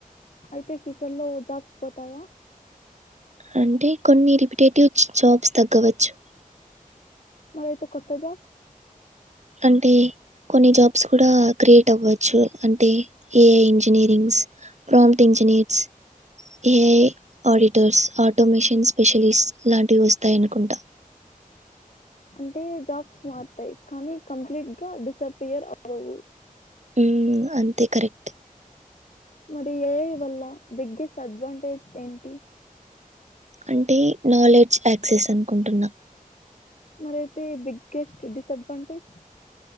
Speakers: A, on the left; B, on the right.
A: అయితే ఫ్యచర్ లో జాబ్స్ పోతాయా
B: అంటే కొన్ని రరిపిటేటివ్ జాబ్స్ తగ్గవచ్చు
A: మరి ఏయితే కొత్త జాబ్స్
B: అంటే కొన్ని జాబ్స్ కూడా క్రియేట్ అవ్వచ్చు అంటే AI engineerings prompt engineers AI auditors automation specialists లాంటివి వస్తాయనుకుంటా
A: అంటే జాబ్స్ మారతాయి కానీ కంప్లీట్ గా డిసపీయర్ అవవు
B: ఉ అంతే కరెక్ట్
A: మరి ఏఐ వల్ల బిగ్గెస్ట్ అడ్వాంటేజ్ ఏంటి
B: అంటే నాలెడ్జ్ యాక్సెస్ అనుకుంటున్నా
A: మరియితే బిగ్గెస్ట్ డిసడ్వాన్ంటేజ్